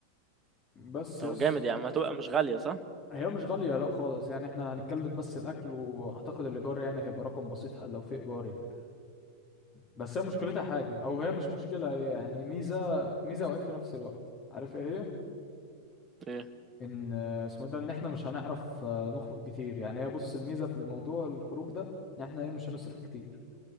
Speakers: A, on the left; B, on the right.
A: بس
B: طب
A: يس
B: جامد يا عم هتبقى مش غاليه صح
A: هي مش غالية لا خالص يعني احنا هنتكلف بس الأكل وأعتقد الإيجار يعني هيبقى رقم بسيط ح- لو في إيجار يعني بس هي مشكلتها حاجة أو هي مش مشكلة هي يعني ميزة ميزة وعيب في نفس الوقت عارف ايه هي؟
B: ايه
A: إن آه، اسمه إيه ده إن احنا مش هنعرف آه، نخرج كتير يعني هي بص الميزة في الموضوع الخروج ده إن احنا ايه مش هنصرف كتير